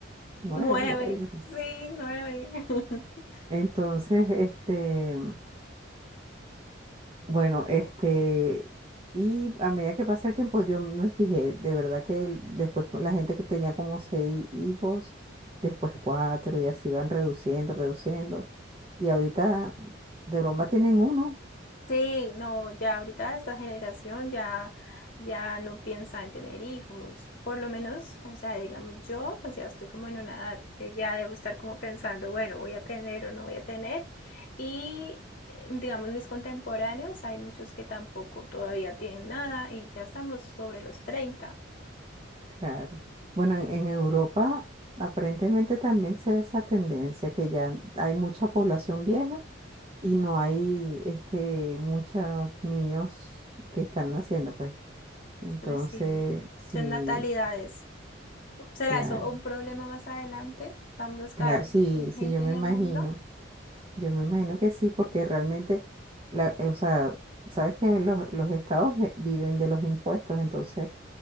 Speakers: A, on the right; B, on the left.
A: nueve
B: Nueve,
A: por ahí, no sé.
B: sí, nueve. <laughs>
A: Entonces, este, bueno, este, y a medida que pasa el tiempo, yo me fijé, de verdad que el- después con la gente que tenía como seis hijos, después cuatro, y así van reduciendo, reduciendo. Y ahorita, de broma, tienen uno,
B: Sí, no, ya ahorita esta generación ya, ya no piensa en tener hijos, por lo menos, o sea, digamos yo, pues ya estoy como en una edad que ya debo estar como pensando, bueno, voy a tener o no voy a tener, y eh, digamos mis contemporáneos, hay muchos que tampoco todavía tienen nada y ya estamos sobre los treinta,
A: claro. Bueno, en, en Europa aparentemente también se ve esa tendencia, que ya hay mucha población vieja y no hay, este, muchos niños que están naciendo, pues. Entonces,
B: entonces sí,
A: sí,
B: son natalidades. ¿Será
A: claro,
B: eso un problema más adelante? ¿Vamos a estar
A: claro, sí,
B: sin
A: sí,
B: gente
A: yo me
B: en
A: imagino,
B: el mundo?
A: yo me imagino que sí, porque realmente, la, o sea, sabes que los, los estados vi- viven de los impuestos, entonces,